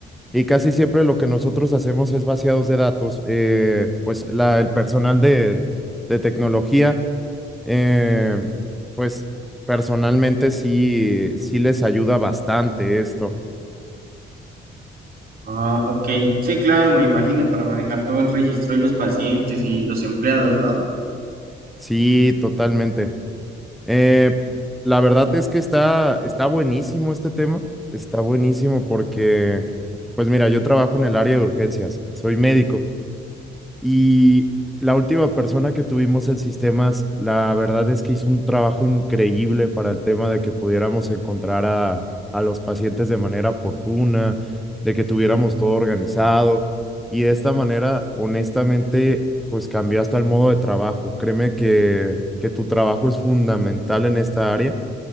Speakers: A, in the centre; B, on the right.
A: Y casi siempre lo que nosotros hacemos es vaciados de datos. eh, pues la, el personal de, de tecnología, eh, pues personalmente sí, sí les ayuda bastante esto.
B: Ah, ok, sí, claro, me imagino para manejar todo el registro de los pacientes y los empleados, ¿no?
A: Sí, totalmente. Eh, la verdad es que está, está buenísimo este tema, está buenísimo porque, pues mira, yo trabajo en el área de urgencias, soy médico y la última persona que tuvimos en sistemas, la verdad es que hizo un trabajo increíble para el tema de que pudiéramos encontrar a, a los pacientes de manera oportuna, de que tuviéramos todo organizado. Y de esta manera, honestamente, pues cambió hasta el modo de trabajo. Créeme que, que tu trabajo es fundamental en esta área.